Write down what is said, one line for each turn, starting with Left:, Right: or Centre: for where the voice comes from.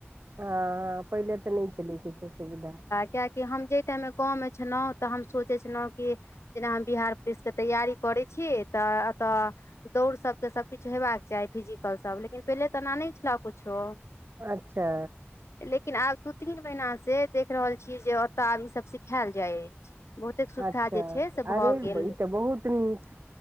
Right: हँ पहिले तऽ नहि छलै किछु सुविधा
Left: कियेकि हम जाहि टाइममे गाँवमे छलहुँ तऽ हम सोचै छलहुँ कि जेना हम बिहार पुलिसके तैयारी करै छी तऽ एतय दौड़ सबके सबकिछु हेबाक चाही फिजिकल सब लेकिन पहिले तऽ एना नहि छले कुछो
Right: अच्छा
Left: लेकिन आब दू तीन महिनासँ देख रहल छियै जे ओतय आब ईसभ सिखायल जाइ अछि बहुतेक सुविधा
Right: अच्छा
Left: जे छै से भए
Right: अरे
Left: गेल
Right: ई तऽ बहुत नीक